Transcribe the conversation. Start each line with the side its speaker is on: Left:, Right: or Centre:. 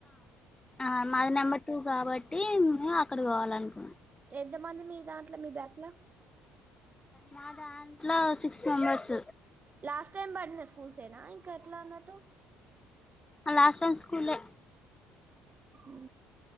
Left: ఆ మాది నెంబర్ టూ కాబట్టి మేం అక్కడ పోవాల అనుకున్నా
Right: ఎంత మంది మీ దాంట్లో మీ బ్యాచ్ ల
Left: మా దాంట్ల సిక్స్ మెంబర్స్
Right: లాస్ట్ టైమ్ పడినా స్కూల్స్ ఏనా ఇంకా ఎట్లా అన్నట్టు
Left: లాస్ట్ టైమ్ స్కూలే
Right: ఉ